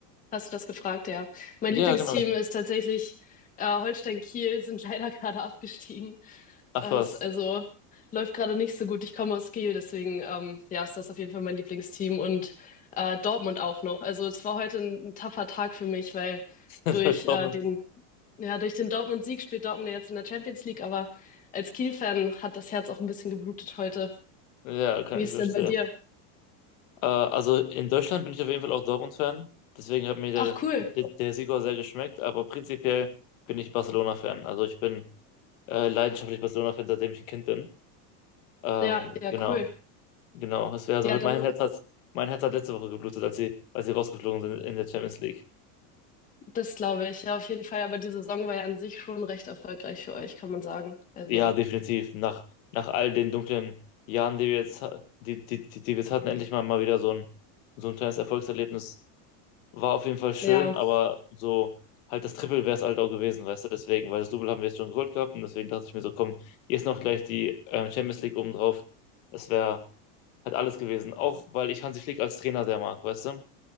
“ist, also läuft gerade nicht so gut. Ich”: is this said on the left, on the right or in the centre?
Left